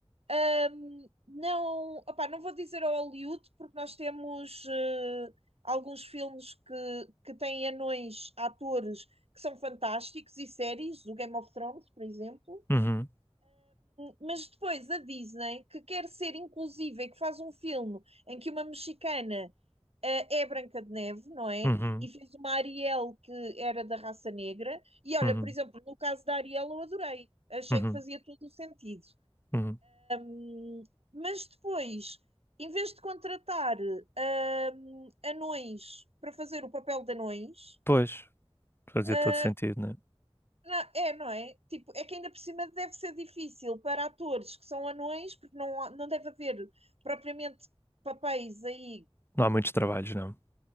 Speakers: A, on the right; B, on the left.
A: ahm, não opá, não vou dizer ao Hollywood porque nós temos eh, alguns filmes que que têm anões atores que são fantásticos e séries o Game of Thrones por exemplo
B: Uhum.
A: mas depois a Disney, que quer ser inclusiva e que faz um filme em que uma mexicana eh, é Branca de Neve, não é?
B: Uhum,
A: E fez uma Ariel que era da raça negra. E olha,
B: uhum,
A: por exemplo, no caso da Ariel eu adorei. Achei
B: uhum,
A: que fazia todo o sentido.
B: uhum.
A: Hum, Mas depois, em vez de contratar ah, anões para fazer o papel de anões,
B: Pois, fazia
A: ah,
B: todo sentido, né?
A: Não, é, não é? Tipo, é que ainda por cima deve ser difícil para atores que são anões, porque não, há- não deve haver propriamente papéis aí,
B: Não há muitos trabalhos, não.